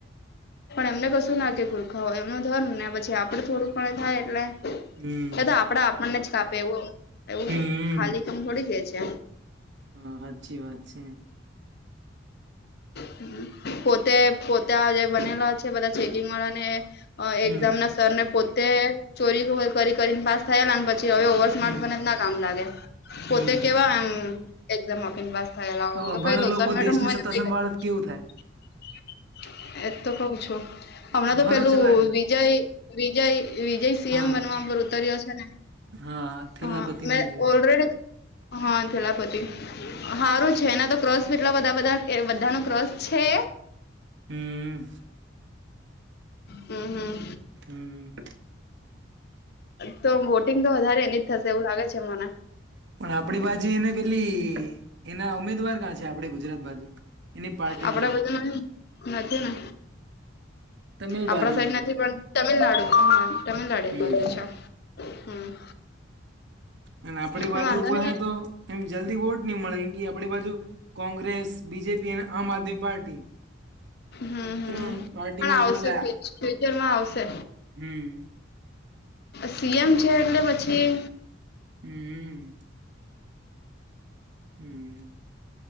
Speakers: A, on the left (about 55°); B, on the right (about 65°).
A: એમને કશું ના કે ગુરખા હોય એમનો ધર્મ ને પછી આપડે થોડુંક પણે થાય એટલે
B: હમ
A: એ તો આપડા આપણને જ કાપે એવું એવું
B: હમ
A: ખાલી કમ થોડી જ છે
B: હા હાચી વાત છે
A: હમ પોતે પોત ત્યાં જે બનેલા છે બધા ચેકિંગ વાળા ને
B: હમ
A: એક્ઝામ ના સરને પોતે ચોરી કરીને પાસ થયેલા અને પછી હવે ઓવર સ્માર્ટ
B: હમ
A: ના કામ લાગે પોતે
B: હમ
A: કેવા એમ એકદમ ઓફીન પાસ થયેલા
B: હવે
A: હું તો
B: અભણ
A: કહી દઉં
B: લોકો
A: સર મેડમ
B: દેશની
A: <unintelligible>
B: સત્તા સંભાળત કેવું થાય
A: એતો કઉ છું હમણાં
B: અભાણો
A: તો પેલું
B: ચલાડે
A: વિજય વિજય વિજય સી
B: હા
A: એમ બનવા પર ઉતર્યો છે ને
B: હા થેલાપતિમાં
A: હ મે
B: જ
A: ઓલ રેડી હા થેલાપતિ હારું છે એના તો ક્રસ કે ટલા બધા બધા બધા નો ક્રસ છે
B: હમ
A: હમ હમ
B: હમ
A: તો વોટિંગ તો વધારે એની જ થશે એવું લાગે છે મને
B: પણ આપડી બાજુ એને પેલી એના ઉમેદવાર ક્યાં છે આપડે ગુજરાત બાજુ એની પાર્ટી
A: આપડા
B: ના
A: બધા નથી ને
B: તમિલ
A: આપડા
B: બાજુ
A: સાઈડ
B: હે
A: નથી પણ તમિલનાડુ હા તમિલનાડુ એ
B: હમ
A: બજુ છે હમ
B: અને આપડી
A: પણ
B: બાજુ
A: વાંધો
B: ઊભા
A: નહી
B: થાય તો એમ જલ્દી વોટ ની મળે કેમ કે આપડી બાજુ કોંગ્રેસ બીજેપી અને આમ આદમી પાર્ટી
A: હમ
B: આ
A: હમ
B: ત્રણ પાર્ટીમાં
A: પણ આવશે
B: વોટ લા
A: ફુચરમાં આવશે
B: હમ
A: સી એમ છે એટલે પછી
B: હમ હમ